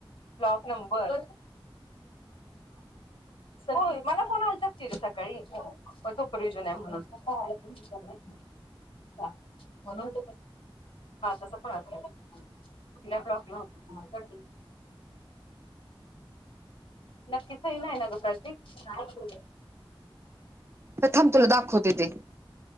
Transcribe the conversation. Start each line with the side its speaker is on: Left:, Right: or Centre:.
Left: Block number. होय, मला फोन आलता <unintelligible> <unintelligible> सुपरव्हिजन <unintelligible> <unintelligible> म्हणून ते तस. हा तस पण, आ कुठल्या ब्लॉकला होत. नक्कीच <unintelligible>
Right: तर थांब तुला दाखवते ते,